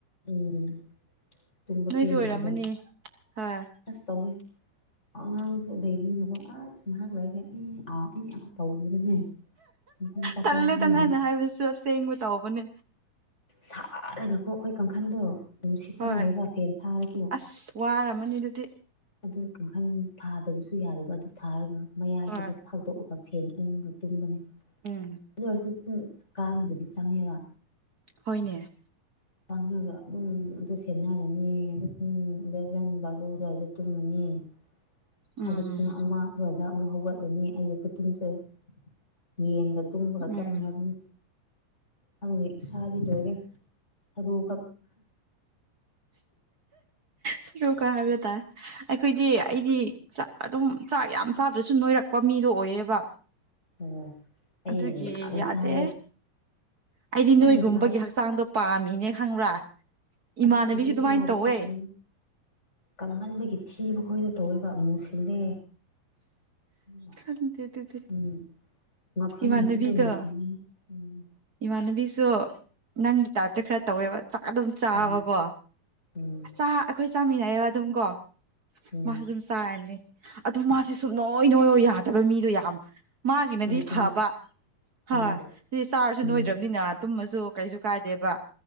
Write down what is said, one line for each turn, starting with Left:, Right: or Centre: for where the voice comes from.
Left: ꯎꯝ ꯇꯨꯝꯕ
Right: ꯅꯣꯏꯁꯨ
Left: ꯄꯦꯟꯗꯕꯗꯣ
Right: ꯑꯣꯏꯔꯝꯃꯅꯤ ꯍꯣꯏ
Left: ꯑꯁ ꯇꯧꯋꯦ ꯑꯉꯥꯡꯁꯨ ꯂꯩꯕꯤꯅꯀꯣ ꯑꯁ ꯉꯥꯏꯍꯥꯛ ꯂꯩꯔꯤꯒꯦ ꯏ ꯑ ꯑ ꯇꯧꯗꯔꯅꯦ ꯌꯨꯡꯐꯝ ꯆꯥꯐꯝ
Right: ꯇꯜꯂꯦꯗ
Left: ꯈꯪꯗꯦ
Right: ꯅꯪꯅ ꯍꯥꯏꯕꯗꯨꯁꯨ ꯑꯁꯦꯡꯕ ꯇꯧꯕꯅꯦ
Left: ꯁꯥꯔꯒꯀꯣ ꯑꯩꯈꯣꯏ ꯀꯥꯡꯈꯟꯗꯣ ꯑꯗꯨꯝ ꯁꯤꯠ ꯆꯪꯗꯦꯕ
Right: ꯍꯣꯏ
Left: ꯐꯦꯟ ꯊꯥꯔꯁꯨ
Right: ꯑꯁ ꯋꯥꯔꯝꯃꯅꯤ ꯑꯗꯨꯗꯤ
Left: ꯑꯗꯨ ꯀꯥꯡꯈꯟ ꯊꯥꯗꯕꯁꯨ ꯌꯥꯗꯕ ꯑꯗꯨ ꯊꯥꯔꯒ ꯃꯌꯥꯏꯗꯨꯗ
Right: ꯍꯣꯏ
Left: ꯐꯥꯗꯣꯛꯑꯒ ꯐꯦꯟ ꯎꯡꯒ ꯇꯨꯝꯕꯅꯤ
Right: ꯎꯝ
Left: ꯑꯗꯨ ꯑꯣꯏꯔꯁꯨ ꯁꯨꯝ ꯀꯥꯡꯕꯨꯗꯤ ꯆꯪꯉꯦꯕ
Right: ꯍꯣꯏꯅꯦ
Left: ꯆꯥꯡꯉꯒ ꯑꯗꯨꯝ ꯑꯗꯨ ꯁꯦꯠꯟꯅꯔꯅꯤ ꯑꯗꯨꯝ ꯏꯂꯚꯦꯟ ꯕꯥꯜ ꯑꯗꯨꯋꯥꯏꯗ ꯇꯨꯝꯃꯅꯤ <unintelligible>
Right: ꯎꯝ
Left: ꯑꯗꯨ ꯄꯨꯡ ꯑꯃ ꯑꯗꯨꯋꯥꯏꯗ ꯑꯃꯨꯛ ꯍꯧꯒꯠꯂꯅꯤ ꯑꯩꯒꯤ ꯀꯨꯇꯨꯝꯁꯩ ꯌꯦꯟꯒ ꯇꯨꯝꯕꯒ ꯆꯞ
Right: ꯎꯝ
Left: ꯃꯥꯟꯅꯕꯅꯤ ꯑꯗꯨꯪꯗ ꯏꯁꯥꯗꯤ ꯂꯣꯏꯔꯦ ꯁꯔꯨ ꯀ
Right: ꯁꯔꯣꯛꯀ ꯍꯥꯏꯕ ꯇꯥꯏ ꯑꯩꯈꯣꯏꯗꯤ ꯑꯩꯗꯤ ꯆꯥꯛ ꯑꯗꯨꯝ ꯆꯥꯛ ꯌꯥꯝ ꯆꯥꯗ꯭ꯔꯁꯨ ꯅꯣꯏꯔꯛꯄ ꯃꯤ ꯗ ꯑꯣꯏꯌꯦꯕ
Left: ꯑꯣ ꯑꯩꯅꯗꯤ
Right: ꯑꯗꯨꯒꯤ
Left: ꯌꯥꯝ
Right: ꯌꯥꯗꯦ
Left: ꯆꯥꯏꯌꯦ
Right: ꯑꯩꯗꯤ
Left: ꯑꯩꯅ
Right: ꯅꯣꯏꯒꯨꯝꯕꯒꯤ
Left: ꯆꯥ
Right: ꯍꯛꯆꯥꯡꯗꯣ ꯄꯥꯝꯃꯤꯅꯦ ꯈꯪꯕ꯭ꯔꯥ
Left: ꯑꯁ
Right: ꯏꯃꯥꯟꯅꯕꯤꯁꯨ
Left: ꯍꯧꯖꯤꯛꯛꯇ
Right: ꯑꯗꯨꯃꯥꯏꯅ
Left: ꯍꯥꯏꯖ
Right: ꯇꯧꯋꯦ
Left: ꯀ ꯀꯪꯍꯟꯕꯒꯤ ꯊꯤꯕ ꯈꯣꯏꯗ ꯇꯧꯔꯤꯕ ꯑꯃꯨ ꯁꯤꯜꯂꯦ ꯎ
Right: ꯈꯪꯗꯦ ꯑꯗꯨꯗꯤ
Left: ꯎꯝ ꯉꯥꯛꯁꯪꯒꯁꯦ
Right: ꯏꯃꯥꯟꯅꯕꯤꯗꯣ
Left: ꯂꯣꯏꯨꯁꯤꯗꯅ ꯎꯝ
Right: ꯏꯃꯥꯟꯅꯕꯤꯁꯨ ꯅꯪꯒꯤ ꯇꯥꯏꯞꯇ ꯈꯔ ꯇꯧꯋꯦꯕ ꯆꯥꯛ ꯑꯗꯨꯝ ꯆꯥꯕꯀꯣ
Left: ꯎꯝ ꯎꯝ
Right: ꯆ ꯑꯩꯈꯣꯏ ꯆꯥꯃꯤꯟꯅꯩꯌꯦꯕ ꯑꯗꯨꯝ ꯀꯣ
Left: ꯎꯝ
Right: ꯃꯥꯁꯨ ꯑꯗꯨꯝ ꯆꯥꯔꯅꯤ ꯑꯗꯨ ꯃꯥꯁꯦ ꯁꯨꯝ ꯅꯣꯏ ꯅꯣꯏꯔꯣꯏ ꯌꯥꯗꯕ ꯃꯤꯗꯣ ꯌꯥꯝ ꯃꯥꯒꯤꯅꯗꯤ
Left: ꯑꯩꯁꯨꯅꯦ
Right: ꯐꯕ
Left: ꯎꯝ
Right: ꯍꯣꯏ ꯆꯥꯔꯁꯨ
Left: ꯎꯝ
Right: ꯅꯣꯏꯗ꯭ꯔꯕꯅꯤꯅ ꯇꯨꯝꯃꯁꯨ ꯁꯨ ꯀꯩꯁꯨ ꯀꯥꯏꯗꯦꯕ